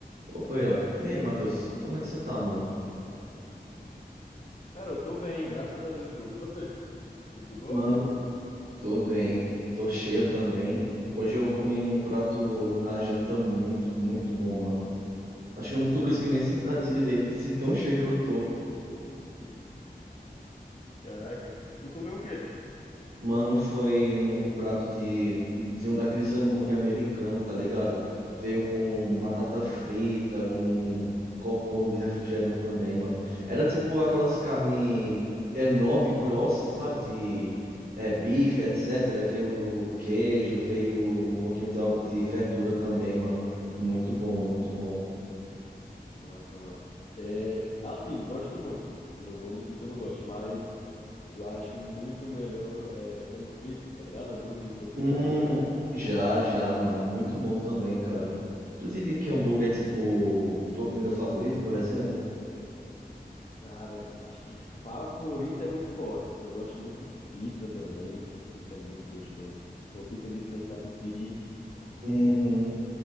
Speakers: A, on the right; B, on the left.
A: Opa, aí, ó. E aí, Matheus? Como é que você tá, mano?
B: Cara, eu tô bem, graças a Deus, mano. E você? Tudo de boa?
A: Mano, tô bem. Tô cheio também. Hoje eu comi um prato na janta muito, muito bom, mano. Acho que eu não tô conseguindo nem sentar direito, <laughs> se tão cheio que eu tô.
B: <laughs> Caraca, tu comeu o quê?
A: Mano, foi um prato de, de um daqueles hambúrguer americano, tá ligado? Veio com
B: Nossa.
A: batata frita, um copão de refrigerante também, mano. Era tipo aquelas carne enorme, grossa, sabe? De é, bife, etc. Aí Veio o queijo, veio um pouquinho de, al- de verdura também, mano. Muito bom, muito bom.
B: Nossa, mano. É, assim, gosto muito. Não vou mentir que eu não gosto, mas eu acho muito melhor é, frango frito, tá ligado? Hambúrguer de frango frito,
A: Hum,
B: já comeu?
A: já, já, mano. Muito bom também, cara. Tu diria que hambúrguer é tipo tua comida favorita, por exemplo?
B: Cara, acho que favorito é muito forte. Eu gosto muito de pizza também. Pizza é muito gostoso. Uma pizza de frango catupiry, nossa,
A: Uhum.